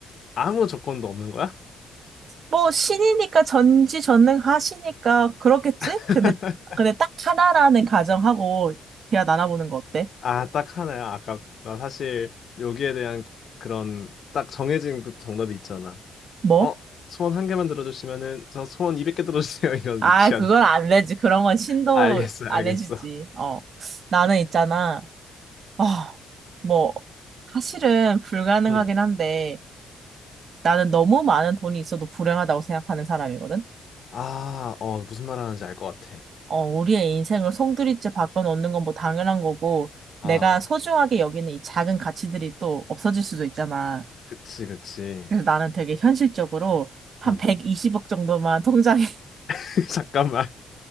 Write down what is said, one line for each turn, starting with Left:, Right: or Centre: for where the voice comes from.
Left: 아무 조건도 없는 거야?
Right: 뭐 신이니까 전지전능하시니까 그렇겠지?
Left: <laughs>
Right: 근데 근데 딱 하나라는 가정하고 대화 나눠보는 거 어때?
Left: 아, 딱 하나야. 아까 나 사실 여기에 대한 그런 딱 정해진 그 정답이 있잖아.
Right: 뭐?
Left: 어, 소원 한 개만 들어주시면은 저 소원 200개 들어주세요. <laughs> 이런
Right: 아,
Left: 유치한
Right: 그건
Left: 거.
Right: 안 되지. 그런 건 신도
Left: 아, 알겠어,
Right: 안
Left: 알겠어.
Right: 해주지. 어. 나는 있잖아. 아, 뭐, 사실은 불가능하긴
Left: 응.
Right: 한데, 나는 너무 많은 돈이 있어도 불행하다고 생각하는 사람이거든?
Left: 아, 어, 무슨 말 하는지 알 것 같아.
Right: 어, 우리의 인생을 송두리째 바꿔놓는 건 뭐 당연한 거고,
Left: 아,
Right: 내가 소중하게 여기는 이 작은 가치들이 또 없어질 수도 있잖아.
Left: 그치, 그치.
Right: 그래서 나는 되게 현실적으로 한
Left: 응.
Right: 120억 정도만 <laughs> 통장에
Left: <laughs> 잠깐만.